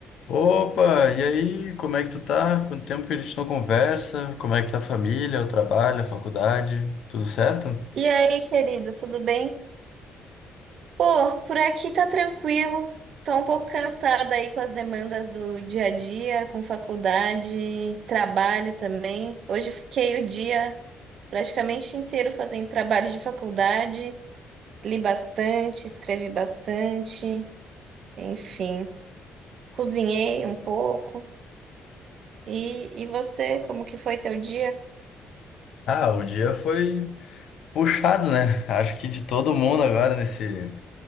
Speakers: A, on the left; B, on the right.
A: Opa, e aí, como é que tu tá? Quanto tempo que a gente não conversa? Como é que tá a família, o trabalho, a faculdade? Tudo certo?
B: E aí, querido, tudo bem? Pô, por aqui tá tranquilo. Tô um pouco cansada aí com as demandas do dia a dia, com faculdade, trabalho também. Hoje fiquei o dia praticamente inteiro fazendo trabalho de faculdade. Li bastante, escrevi bastante, enfim, cozinhei um pouco. E, e você, como que foi teu dia?
A: Ah, o dia foi puxado, né? Acho que de todo mundo agora nesse